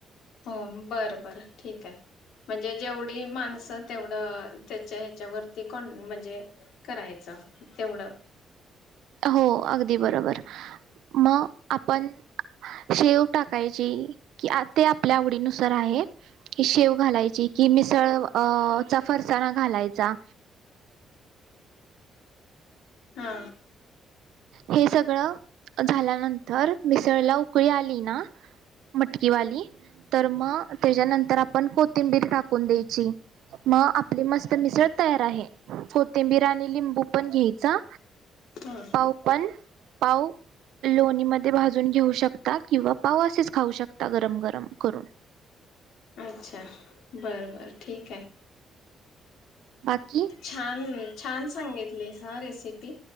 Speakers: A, on the left (about 75°); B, on the right (about 80°).
A: हो बर बर. ठीक आहे. म्हणजे जेवढी माणसं, तेवढं त्याच्या ह्याच्यावरती कोण म्हणजे करायचं तेवढं.
B: हो अगदी बरोबर. मग आपण शेव टाकायची, की आ ते आपल्या आवडीनुसार आहे. की शेव घालायची, की मिसळ अ चा फरसाणा घालायचा?
A: हा.
B: हे सगळं झाल्यानंतर मिसळला उकळी आली ना मटकीवाली, तर मग त्याच्यानंतर आपण कोथिंबीर टाकून द्यायची. मग आपली मस्त मिसळ तयार आहे. कोथिंबीर आणि लिंबू पण घ्यायचा.
A: हो.
B: पाव पण पाव लोणीमध्ये भाजून घेऊ शकता किंवा पाव असेच खाऊ शकता गरम गरम करून.
A: अच्छा, बर बर. ठीक आहे.
B: बाकी
A: छान होई. छान सांगितलीस हं रेसिपी,